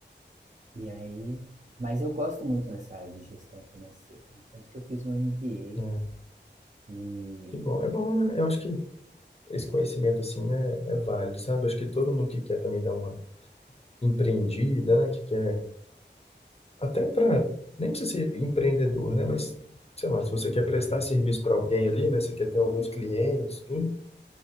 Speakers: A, on the right; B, on the left.
A: E aí, mas eu gosto muito nessa área de gestão financeira, né? Tanto que eu fiz um MBA
B: é.
A: e
B: Que bom. É bom, né? Eu acho que esse conhecimento, assim, né, é válido, sabe? Eu acho que todo mundo que quer também dar uma empreendida, né, que quer, até para, nem precisa ser empreendedor, né, mas, sei lá, se você quer prestar serviço para alguém ali, né, você quer ter alguns clientes, tudo,